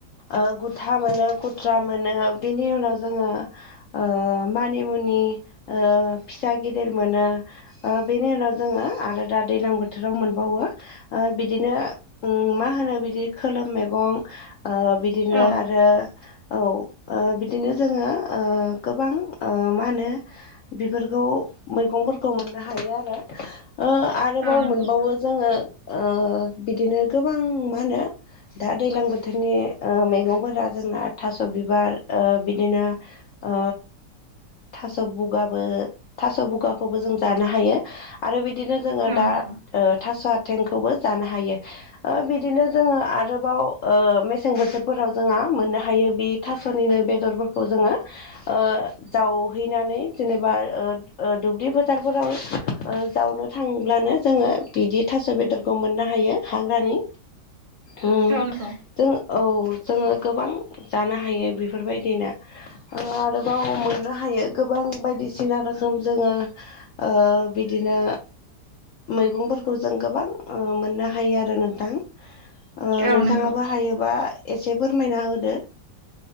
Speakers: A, on the left; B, on the right.
A: ओ गुथा मोनो गुथ्रा मोनो बेनि उनाव जोङो ओ मानि मुनि ओ फिसा गेदेर मोनो ओ बेनि उनाव जोङो आरो दा दैलां बोथोराव मोनबावो ओ बिदिनो उम मा होनो बिदि खोलोम मैगं ओ बि दिनो
B: औ
A: आरो औ ओ बिदिनो जोङो ओ गोबां ओ मा होनो बेफोरखौ मैगंफोरखौ मोननो हायो आरो। ओ आरोबाव
B: औ नंगौ
A: मोनबावो जोङो ओ बिदिनो गोबां मा होनो दा दैलां बोथोरनि ओ मैगंफोरा जोंना थास' बिबार ओ बिदिनो ओ थास' बुगाबो थास' बुगाखौबो जों जानो हायो। आरो बिदिनो जोङो
B: औ
A: दा
B: नंगौ
A: ओ थास'आथेंखौबो जानो हायो। ओ बिदिनो जोङो आरोबाव ओ मेसें बोथोरफोराव जोंहा मोननो हायो बि थास'निनो बेदरफोरखौ जोङो ओ जावहैनानै जेनेबा ओ ओ दुब्लि फोथारफोराव ओ जावनो थांब्लानो जोङो बिदि थास' बेदरखौ मोननो हायो हाग्रानि। अ
B: औ नंगौ
A: जों औ जोङो गोबां जानो हायो बेफोरबायदिनो। ओ आरोबाव मोननो हायो गोबां बायदिसिना रोखोम जोङो ओ बिदिनो मैगंफोरखौ जों गोबां ओ मोननो हायो आरो नोंथां। ओ
B: औ
A: नोंथाङाबो
B: नंगौ
A: हायोबा एसे फोरमायना होदो।